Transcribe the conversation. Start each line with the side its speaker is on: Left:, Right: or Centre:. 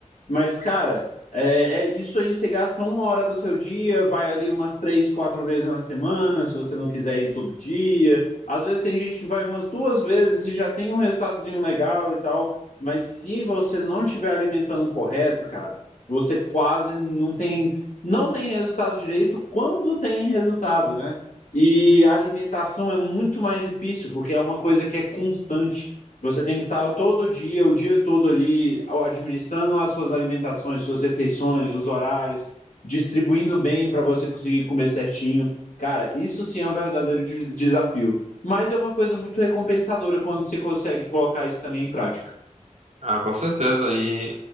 Left: Mas, cara, é, é isso aí. Você gasta uma hora do seu dia, vai ali umas três, quatro vezes na semana, se você não quiser ir todo dia. Às vezes tem gente que vai umas duas vezes e já tem um resultadozinho legal e tal. Mas se você não estiver alimentando correto, cara, você quase não tem, não tem resultado direito quando tem resultado, né? E a alimentação é muito mais difícil, porque é uma coisa que é constante. Você tem que estar todo dia, o dia todo ali, administrando as suas alimentações, suas refeições, os horários, distribuindo bem para você conseguir comer certinho. Cara, isso sim é um verdadeiro des- desafio. Mas é uma coisa muito recompensadora quando você consegue colocar isso também em prática.
Right: Ah, com certeza. E